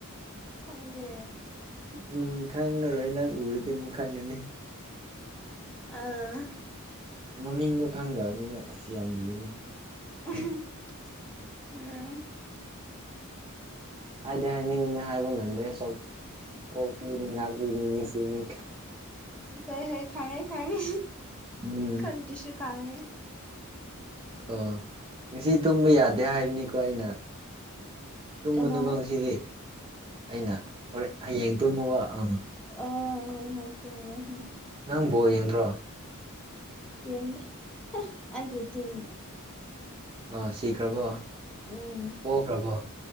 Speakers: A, in the centre; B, on the right.
A: ꯐꯪꯗꯦ
B: ꯎꯝ ꯈꯪꯉꯔꯣꯏ ꯅꯪ ꯎꯔꯗꯤ ꯑꯃꯨꯛ ꯈꯪꯒꯅꯤ
A: ꯑꯥ
B: ꯃꯃꯤꯡꯗꯣ ꯈꯪꯗꯕꯅꯤꯅ ꯑꯁ ꯌꯥꯝ ꯂꯨꯏꯅꯦ
A: ꯎꯝ ꯎ
B: ꯍꯥꯏꯗꯤ ꯍꯥꯏꯅꯤꯡꯅ ꯍꯥꯏꯕ ꯉꯝꯗ꯭ꯔꯦ ꯁ ꯀꯣꯛꯄꯤꯅꯤ ꯉꯥꯛꯄꯤꯅꯤ ꯅꯤꯡꯁꯤꯅꯤ
A: ꯍꯣꯏ ꯍꯣꯏ ꯈꯉꯦ ꯈꯉꯦ
B: ꯎꯝ
A: ꯈꯟꯇꯤꯁꯨꯨ ꯈꯉꯦ
B: ꯑꯣ ꯉꯁꯤ ꯇꯨꯝꯕ ꯌꯥꯗꯦ ꯍꯥꯏꯕꯅꯤꯀꯣ ꯑꯩꯅ ꯇꯨꯝꯒꯅꯨꯀꯣ
A: ꯀꯅꯥ
B: ꯉꯁꯤꯗꯤ ꯑꯩꯅ ꯍꯣꯔꯦꯟ ꯍꯌꯦꯡ ꯇꯨꯝꯃꯨꯕ ꯑ
A: ꯑ ꯍꯣꯏ ꯍ ꯇꯔꯃꯤ
B: ꯅꯪ ꯕꯣ ꯌꯦꯡꯗ꯭ꯔꯣ
A: ꯌꯦꯗꯦ ꯍꯥ ꯑꯩꯒꯤ ꯇꯤꯝ
B: ꯑꯣ ꯁꯤꯈ꯭ꯔꯕꯣ
A: ꯎꯝ
B: ꯄꯣꯛꯈ꯭ꯔꯕꯣ